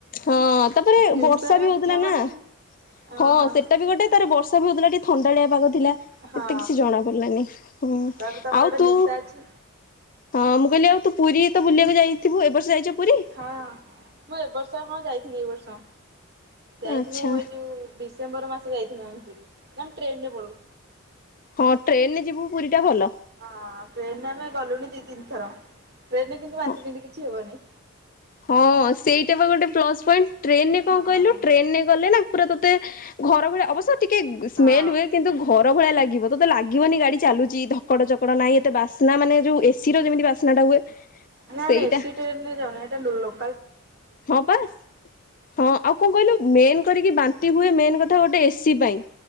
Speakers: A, on the left; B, on the right.
A: ହଁ ତାପରେ
B: ନିଶାରେ
A: ବର୍ଷା
B: ବା
A: ବି ହଉଥିଲା
B: କିଛି ହବନି
A: ନା
B: ଓହୋ
A: ହଁ ସେଟା ବି ଗୋଟେ ତାର ବର୍ଷା ବି ହଉଥିଲା ଟିକେ ଥଣ୍ଡାଳିଆ ପାଗ ଥିଲା
B: ହଁ।
A: ଏତେ କିଛି ଜଣା ପଡିଲାନି ହୁଁ
B: ତାପରେ ତମର
A: ଆଉ
B: ଗୋଟେ
A: ତୁ
B: ନିଶା ଅଛି
A: ହଁ ମୁଁ କହିଲି ଆଉ ତୁୁ ପୁରୀ ତ ବୁଲିବାକୁ ଯାଇଥିବୁ ଏବର୍ଷ ଯାଇଛୁ? ପୁରୀ?
B: ହଁ ମୁଁ ଏବର୍ଷ ହଁ ଯାଇଥିଲି ଏ ବର୍ଷ। ଯାଇଥିଲୁ
A: ଆଚ୍ଛା
B: ଏଇ ଯୋଉ ଡିସେମ୍ବର ମାସ ଯାଇଥିଲୁ ଆମେ ପୁରୀ ଆମେ ଟ୍ରେନରେ ପଳଉ।
A: ହଁ ଟ୍ରେନରେ ଯିବୁ ପୁରୀ ଟା ଭଲ।
B: ହଁ ଟ୍ରେନରେ ଆମେ ଗଲୁଣିି ଦି ତିନିଥର ଟ୍ରେନରେ କିନ୍ତୁ ବାନ୍ତି
A: ହଁ।
B: ଫାନ୍ତି କିଛି ହୁଏନି।
A: ହଁ ସେଇଟା ବା ଗୋଟେ ପ୍ଲସ ପଏଣ୍ଟ ଟ୍ରେନରେ
B: ହଁ
A: କଣ କହିଲୁ ଟ୍ରେନରେ ଗଲେ ନା ପୁରା ତତେ ଘର ଭଳିଆ ଅବଶ୍ୟ ଟିକେ
B: ହଁ।
A: ସ୍ମେଲ ହୁଏ କିନ୍ତୁ ଘର ଭଳିଆ ଲାଗିବ ତତେ ଲାଗିବନି ଗାଡି ଚାଲୁଚି ଧ ଧକଡ଼ ଚକଡ଼ ଚକଡ ନାଇଁ ଏତେ ବାସ୍ନା ମାନେ ଯୋଉ ଏସିର ଯେମିତି ବାସ୍ନାଟା ହୁଏ
B: ଆଲୋ ଆମେ
A: ସେଇଟା
B: ଏସି ଟ୍ରେନ ରେ ଯାଉନୁ ଏଇଟା ଲୋ ଲୋ
A: ହଁ ପା ହଁ ଆଉ କଣ କହିଲୁ ମେନ୍ କରିକି ବାନ୍ତି ହୁଏ ମେନ୍ କଥା ଗୋଟେ ଏସି ପାଇଁ